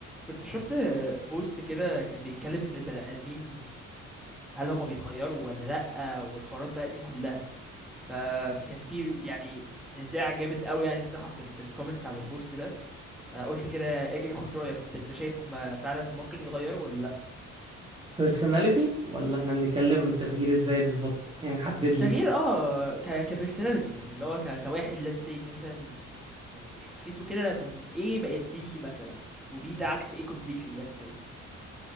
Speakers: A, in the centre; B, on the right (about 15°).
A: كنت شفت بوست كده كان بيتكلم ان البني ادمين هل هما بيتغيروا ولا لا والحوارات بقى دي كلها فكان في يعني نزاع جامد قوي يعني الصراحه في ال- في الكومنتس على البوست ده فقلت كده اجي اخد رايك انت انت شايف هما فعلا ممكن يتغيروا ولا لا
B: personality ولا احنا بنتكلم تغيير ازاي بالظبط يعني حدد لي
A: تغيير اه ك كبرسوناليتي يعني اللي هو ك كواحد let's say مثلا يعني شخصيته كده من ايه بقت بي مثلا وبي ده عكس ايه completely let's say